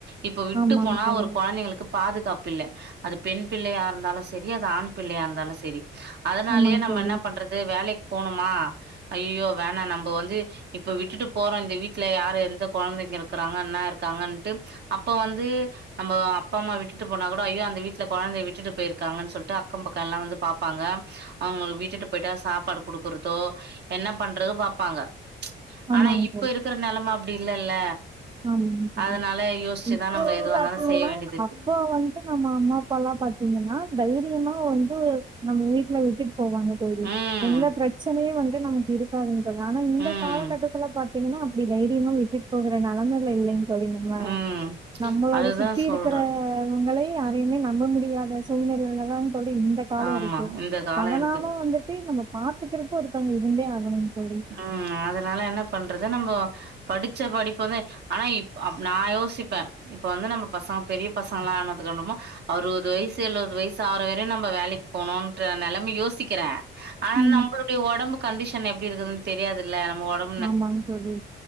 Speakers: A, on the right; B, on the right.
A: இப்ப விட்டு
B: ஆமாங்க
A: போனா
B: தோழி
A: ஒரு கொழந்தைங்களுக்கு பாதுகாப்பு இல்ல அது பெண் பிள்ளையா இருந்தாலு செரி அது ஆண் பிள்ளையா இருந்தாலு செரி அதனாலயே
B: ஆமாங்க
A: நம்ம
B: தோழி
A: என்ன பண்றது வேலைக்கு போணுமா ஐயயோ வேணா நம்ம வந்து இப்ப விட்டுட்டு போறோம் இந்த வீட்டுல யாரு எந்த குழந்தைங்க இருக்கறாங்க என்ன இருக்காங்கன்னுட்டு அப்ப வந்து நம்ம அப்பா அம்மா விட்டு போனா கூட ஐயோ அந்த வீட்ல குழந்தைய விட்டு போயிருக்காங்கன்னு சொல்லிட்டு அக்கம் பக்கம் எல்லாம் வந்து பாப்பாங்க அவுங்கள விட்டுட்டு போயிட்டா சாப்பாடு குடுக்குறதோ என்ன பண்றதோ பாப்பாங்க
B: ஆமாங்க
A: ஆனா இப்ப இருக்கற நெலம அப்டி இல்லல்ல
B: ஆமாங் தோழி
A: அதனால யோசிச்சுதா
B: இப்போ
A: நம்ம
B: வந்து
A: எதுவா இருந்தாலு
B: அப்டிங்னா
A: செய்ய வேண்டியது இருக்கு
B: அப்போ வந்து நம்ம அம்மா அப்பால்லாம் பாத்தீங்கன்னா தைரியமா வந்து நம்ம வீட்ல விட்டுட் போவாங்க தோழி
A: ம்
B: எல்லா பிரச்சனயு வந்து நமக் இருக்காதுங் ஆனா இந்த
A: ம்
B: காலகட்டத்துல பாத்தீங்கனா அப்டி தைரியமா விட்டுட் போகற நெலமைல இல்லைங் சொல்லிர்னுமா
A: ம்
B: நம்மளோட
A: அதுதா
B: சுத்தி
A: சொல்றே
B: இருக்கற அவங்கள யாரையுமே நம்ப முடியாத சூழ்நிலையில தான் தோழி இந்த காலம்
A: ஆமா
B: இருக்கு
A: இந்த கால
B: அதனால
A: இருக்குது
B: வந்துட் ட்டு நம்ம பாத்துக்கிறக்கும் ஒருத்தவங்க இருந்தே ஆகணும்னு தோழி
A: அ அ அதனால என்ன பண்றது நம்போ படிச்ச படிப்பு தான் ஆனா இப் நா யோசிப்பேன் இப்ப வந்து நம்ம பசங்க பெரிய பசங்கலா ஆனதுக்கென்னமோ அறுவது வயசு எழுவது வயசு ஆவர வரையு நம்ப வேலைக்கு போணுன்ற நெலமை யோசிக்கிற ஆனா
B: ம்.
A: நம்மளுடைய உடம்பு கண்டிஷன் எப்டி இருக்குதுன்னு தெரியாதுல்ல நம்ம உடம்
B: ஆமா தோழி